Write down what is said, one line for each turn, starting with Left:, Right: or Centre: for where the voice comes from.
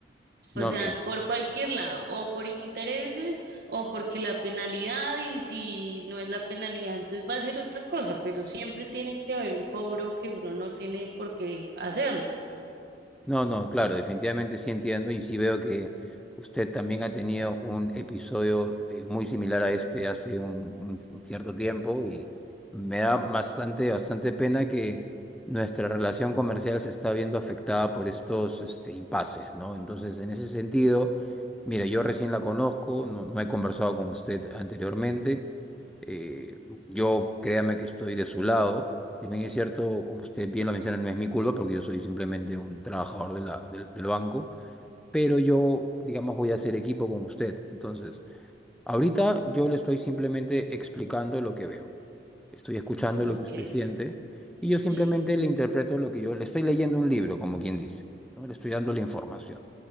Centre: No,
Right: O sea,
Centre: mire.
Right: por cualquier lado, o por intereses, o porque la penalidad, y si no es la penalidad, entonces va a ser otra cosa, pero siempre tiene que haber un cobro que uno no tiene por qué hacerlo.
Centre: No, no, claro, definitivamente sí entiendo y sí veo que usted también ha tenido un episodio eh, muy similar a este hace un, un un cierto tiempo y me da bastante, bastante pena que nuestra relación comercial se está viendo afectada por estos este, impases, ¿no? Entonces, en ese sentido, mire, yo recién la conozco, no, no he conversado con usted anteriormente. eh, yo créame que estoy de su lado. Si bien es cierto, como usted bien lo menciona, no es mi culpa porque yo soy simplemente un trabajador de la, del, del banco, pero yo, digamos, voy a hacer equipo con usted. Entonces, ahorita yo le estoy simplemente explicando lo que veo. Estoy escuchando
Right: Ok,
Centre: lo que usted siente y yo
Right: sí.
Centre: simplemente le interpreto lo que yo le estoy leyendo un libro, como quien dice, ¿no? Le estoy dando la información.